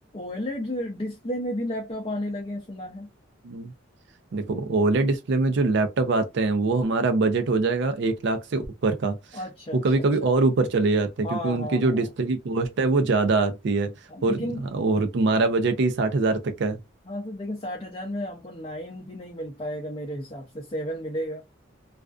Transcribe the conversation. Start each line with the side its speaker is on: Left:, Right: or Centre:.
Left: ओएलईडी डिस्प्ले में भी लैपटॉप आने लगे हैं सुना है
Right: हम्म, देखो ओलेड डिस्प्ले में जो लैपटॉप आते हैं वो हमारा बजट हो जाएगा एक लाख से ऊपर का
Left: अच्छा अच्छा
Right: वो कभी कभी
Left: अच्छा
Right: और ऊपर चले जाते हैं
Left: हाँ
Right: क्योंकि उनकी
Left: हाँ
Right: जो
Left: हाँ
Right: डिस्प्ले की कॉस्ट है वो ज़्यादा आती है
Left: हाँ,
Right: और
Left: लेकिन
Right: और तुम्हारा बजट ही साठ हज़ार तक का है
Left: हाँ तो लेकिन साठ हजार में हमको नाइन भी नहीं मिल पाएगा मेरे हिसाब से सेवन मिलेगा